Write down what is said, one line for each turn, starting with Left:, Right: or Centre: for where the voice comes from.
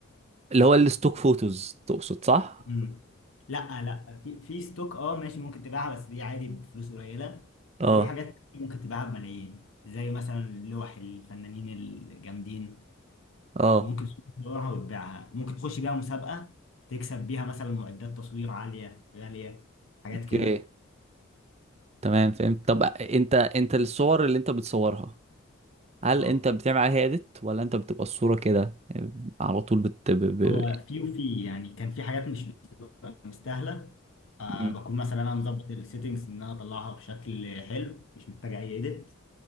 Right: اللي هو الستوك فوتوز تقصد صح؟
Left: مم. لا لا في في ستوك اه ماشي ممكن تبيعها بس دي عادي بفلوس قليلة
Right: اه
Left: وفي حاجات ممكن تبيعها بملايين زي مثلا لوح الفنانين الجامدين
Right: اه
Left: ممكن تسوق تطورها وتبيعها ممكن تخش بيها مسابقة تكسب بيها مثلا معدات تصوير عالية غالية حاجات
Right: اوكي
Left: كده
Right: تمام فهمت طب انت انت الصور اللي انت بتصورها هل
Left: اه
Right: انت بتعمل عليها اديت ولا انت بتبقى الصورة كده على طول بت ب... ب...
Left: هو في وفي يعني كان في حاجات مش بتبقى مستاهلة آه
Right: مم.
Left: بكون مثلا انا مظبط السيتنجز ان انا اطلعها بشكل حلو مش محتاج اي اديت